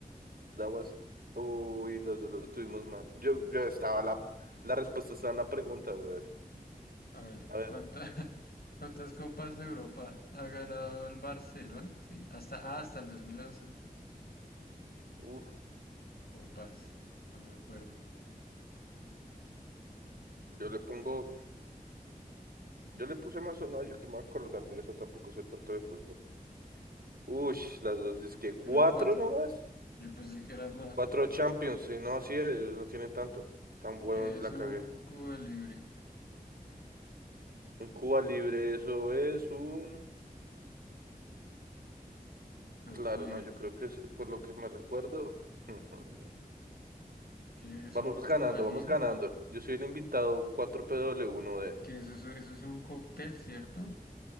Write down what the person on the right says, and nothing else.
That was- Uy, los dos lo tuvimos mal. Yo, yo estaba la, la respuesta estaba en la pregunta, brother.
A ver,
uf,
yo le pongo, yo le puse más o no, yo que me voy a acordar de eso, tampoco sé tanto de fútbol. Ush, las dos, dizque cuatro
nomás,
cuatro Champions, sí, no, sí, ellos no tienen tanto, tan bueno,
yo
la
cagué.
Un Cuba libre, eso es un
Claro,
no, yo creo que es por lo que me recuerdo. <laughs>
Vamos
ganando,
vamos ganando. Yo soy el invitado cuatro P W uno d